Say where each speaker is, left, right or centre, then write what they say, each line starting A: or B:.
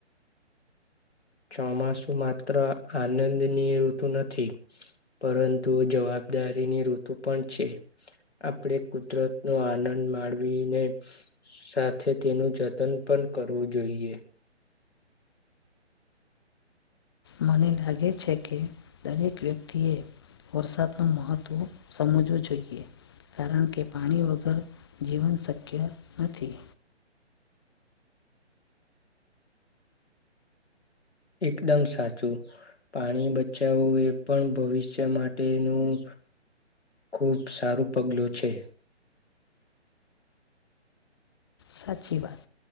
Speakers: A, on the left (about 65°); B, on the left (about 20°).
A: ચોમાસું માત્ર આનંદની ઋતુ નથી પરંતુ જવાબદારીની ઋતુ પણ છે, આપણે કુદરતનો આનંદ માણવીને સાથે તેનું જતન પણ કરવું જોઈએ,
B: મને લાગે છે કે દરેક વ્યક્તિએ વરસાદનું મહત્ત્વ સમજવું જોઈએ, કારણકે, પાણી વગર જીવન શક્ય નથી.
A: એકદમ સાચું, પાણી બચાવવું એ પણ ભવિષ્ય માટેનું ખુબ સારું પગલું છે.
B: સાચી વાત